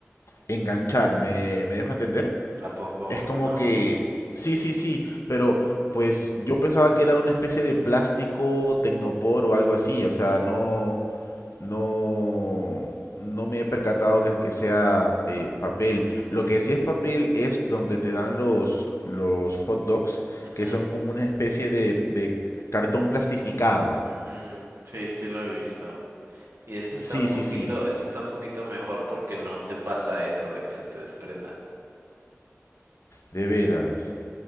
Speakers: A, on the left; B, on the right.
A: enganchar. ¿Me, me dejo entender?
B: ¿A poco
A: Es como
B: no?
A: que, sí, sí, sí, pero pues yo pensaba que era una especie de plástico tecnopor o algo así, o sea, no, no, no me he percatado que, que sea eh, papel. Lo que sí es papel es donde te dan los, los hot dogs,
B: Ujú,
A: que son como una especie de, de cartón plastificado.
B: ujú. Sí, sí lo he visto. Y ese está
A: Sí,
B: un poquito,
A: sí, sí,
B: ese está un poquito mejor porque no te pasa eso de que se te desprendan.
A: de veras.